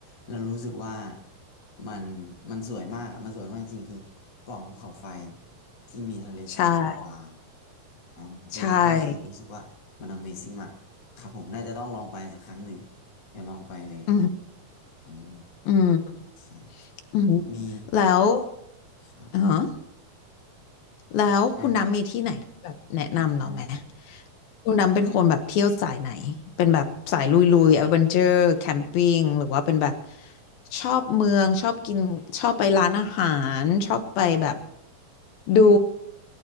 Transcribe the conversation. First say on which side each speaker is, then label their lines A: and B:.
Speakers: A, on the left; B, on the left.
A: แล้วรู้สึกว่ามันมันสวยมากอะมันสวยมากจริงคือปล่องภูเขาไฟที่มีทะเลสาบอยู่ตรงกลาง
B: ใช่
A: อ่าแค่นี้ก็คือรู้สึกว่ามัน
B: ใช่
A: Amazing มากครับผมน่าจะต้องลองไปสักครั้งหนึ่งเดี๋ยวลองไปเลย
B: อืม
A: อม
B: อืม
A: โอเค
B: อืม
A: มี
B: แล้ว
A: ครับ
B: อ๋อ แล้วคุณน้ำมีที่ไหนที่แบบแนะนำเราไหม
A: อ่า
B: คุณน้ำเป็นคนแบบเที่ยวสายไหน เป็นแบบสายลุยลุยแอดเวนเจอร์แคมปิ้งหรือว่าเป็นแบบชอบเมืองชอบกินชอบไปร้านอาหารชอบไปแบบดู